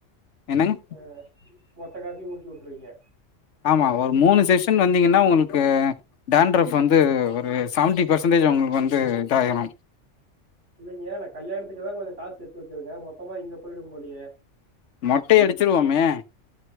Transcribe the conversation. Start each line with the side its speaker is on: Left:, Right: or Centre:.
Left: என்னங்க
Right: ஆஹ் மொத் த்த காசையு முடிச்சு விட்ருவீங்க
Left: ஆமா ஒரு மூணு செஷன் வந்தீங்கனா ஒங்களுக்கு டான்ட்ரஃப் வந்து ஒரு சவன்டி பெர்சன்டேஜ் ஒங்களுக்கு வந்து இதாய்ரு
Right: இல்லலைங்க நா கல்யாணத்துக்கு தா கொஞ்ச காசு சேத்து வச்சிருக்க மொத்தமா இங்க போயிடு போலையே
Left: மொட்டை அடிச்சிருவோமே